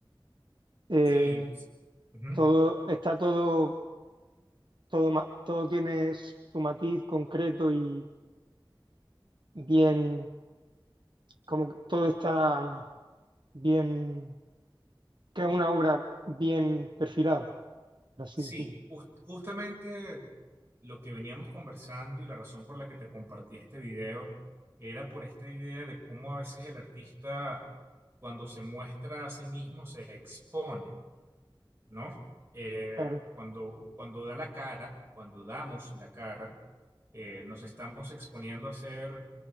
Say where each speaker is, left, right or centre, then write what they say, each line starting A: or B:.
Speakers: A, on the right; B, on the right.
A: eh,
B: Sí. sí. Ujú.
A: Todo, está todo, todo, ma- todo tiene su matiz concreto y bien, como que todo está mm, bien, que es una obra bien perfilada, por así
B: Sí,
A: decirlo.
B: jus- justamente lo que veníamos conversando y la razón por la que te compartí este video era por esta idea de cómo a veces el artista, cuando se muestra a sí mismo, se expone. ¿no? Eh,
A: Claro,
B: cuando, cuando da la cara, cuando damos la cara, eh, nos estamos exponiendo a ser